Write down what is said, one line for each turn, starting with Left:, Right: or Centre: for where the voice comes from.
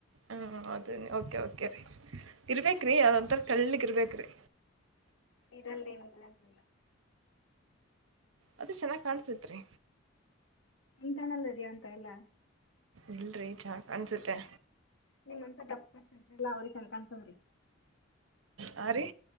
Right: ಹಾಂ ಅದ ಓಕೆ ಓಕೆ ಇರ್ಬೇಕ್ರೀ ಯಾವ್ದೊಥರ ತಳ್ಳಗ ಇರ್ಬೇಕ್ರೀ
Left: ಇರಲ್ದಲ್ಲ ಅಂತ ಇಲ್ಲ
Right: ಅದ ಚೆನ್ನಾಗಿ್ ಕಾಣ್ಸತ್ರಿ
Left: ನಿಂತಾಣಲ್ಲರಿೀ ಅಂತ ಎಲ್ಲ
Right: ಇಲ್ರರಿ ಚಾ ಅನ್ಸುತ್ತೆ
Left: ನಿಮ್ಂತ ದಪ್ಪತ ಅವ್ರಿ ಸಂಕಾಂತತ್ ಅವ್ರಿ
Right: ಹಾಂ ರೀ